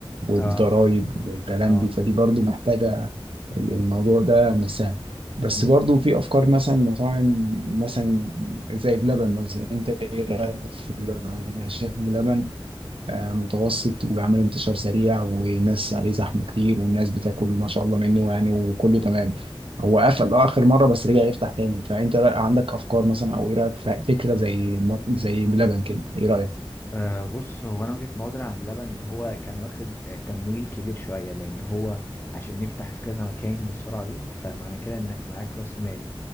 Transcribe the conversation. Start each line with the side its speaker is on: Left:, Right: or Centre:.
Right: والضرايب
Left: اه
Right: والكلام
Left: اه
Right: دي فدي برضو محتاجه ال- الموضوع ده مش سهل بس
Left: امم
Right: برضو في افكار مثلا مطاعم مثلا زي بلبن مثلا انت ايه لبن شرب لبن آه، متوسط وبيعمل انتشار سريع والناس عليه زحمه كتير والناس بتاكل ما شاء الله منه يعني وكله تمام هو قفل آه، اخر مره بس رجع يفتح تاني فانت رأ- عندك افكار مثلا او ايه رايك في فكره زي مط- زي بلبن كده ايه رايك؟
Left: آه بص هو انا وجهة نظري عن بلبن ان هو كان واخد تمويل كبير شوية لان هو عشان نفتح في كذا مكان بالسرعة دي فمعنى كده انك معاك راس مال